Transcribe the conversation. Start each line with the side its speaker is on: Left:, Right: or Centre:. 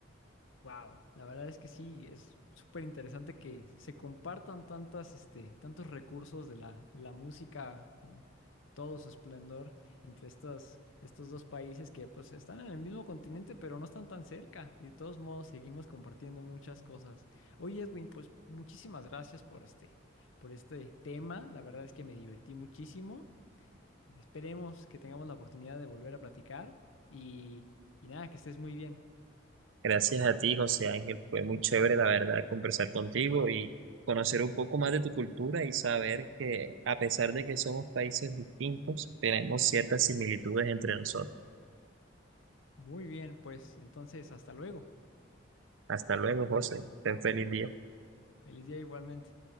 Left: Wow, la verdad es que sí, es súper interesante que se compartan tantas, este, tantos recursos de la, de la música en todo su esplendor entre estas, estos dos países que pues están en el mismo continente, pero no están tan cerca y de todos modos seguimos compartiendo muchas cosas. Oye, Edwin, pues muchísimas gracias por este, por este tema. La verdad es que me divertí muchísimo. Esperemos que tengamos la oportunidad de volver a platicar y, y nada, que estés muy bien.
Right: Gracias a ti, José Ángel. Fue muy chévere, la verdad, conversar contigo y conocer un poco más de tu cultura y saber que a pesar de que somos países distintos, tenemos ciertas similitudes entre nosotros.
Left: Muy bien, pues entonces hasta luego.
Right: Hasta luego, José. Ten feliz día.
Left: Feliz día igualmente.